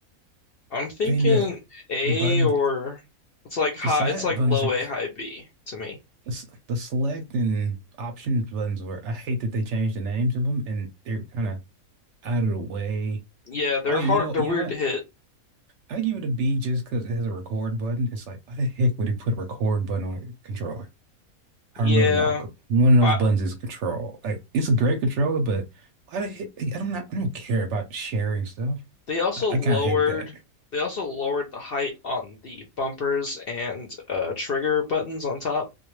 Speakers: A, on the left; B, on the right.
A: I'm thinking
B: I mean the
A: A
B: the button
A: or it's like high
B: the side
A: it's like
B: buttons
A: low
B: are the,
A: A, high B to me.
B: the select and option buttons were I hate that they changed the names of them and they're kind of out of the way.
A: Yeah, they're
B: Oh yeah,
A: hard
B: you know
A: they're
B: you
A: weird
B: know what?
A: to hit.
B: I give it a B just because it has a record button. It's like why the heck would he put a record button on a controller?
A: Yeah.
B: I remember that one of those
A: I
B: buttons is control. Like it's a great controller, but why the heck? I don't I don't care about sharing stuff.
A: they also
B: I, I
A: lowered
B: kind of hated that.
A: they also lowered the height on the bumpers and uh trigger buttons on top,